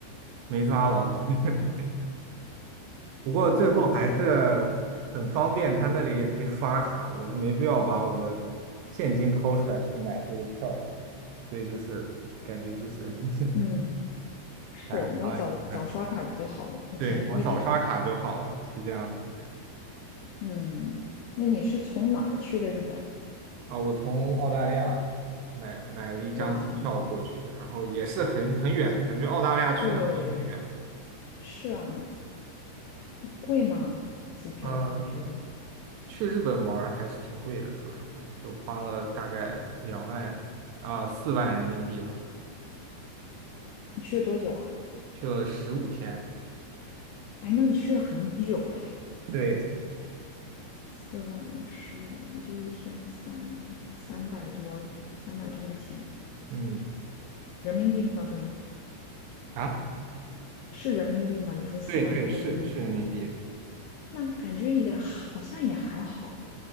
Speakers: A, on the right; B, on the left.
A: 没抓牢。<laughs> 不过最后还是很方便，
B: 好搞笑。
A: 他那里也可以刷卡，我就没必要把我的现金掏出来去买这个票，所以就是感觉就是 <laughs>
B: 嗯，是，
A: 白花了一半。
B: 你要早早刷卡就好了，那钱就不会丢了。
A: 对，我早刷卡就好了，是这样的。
B: 嗯，那你是从哪儿去的日本？
A: 啊，我从澳大利亚买买了一张机票过去，
B: 哇，
A: 然后也是很很远，感觉澳大利亚去哪都很远。
B: 对，是啊，贵吗？机票？
A: 嗯。
B: 你觉得？
A: 去日本玩儿还是挺贵的，说实话，就花了大概两万啊四万人民币吧，
B: 你去了多久啊？
A: 去了十五天。
B: 哎，那你去了很久哎，
A: 对，
B: 四万十五，也就是一天三三百多，三百多块钱
A: 嗯，
B: 人民币吗？对吗？
A: 啊，
B: 是人民币吗？你说四万多是人民，
A: 对对，是是人民币，
B: 那感觉也好像也还好，